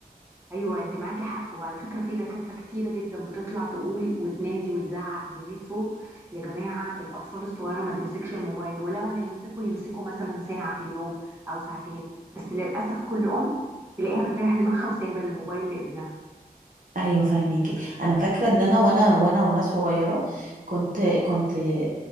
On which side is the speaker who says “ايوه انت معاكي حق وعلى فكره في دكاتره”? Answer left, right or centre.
Right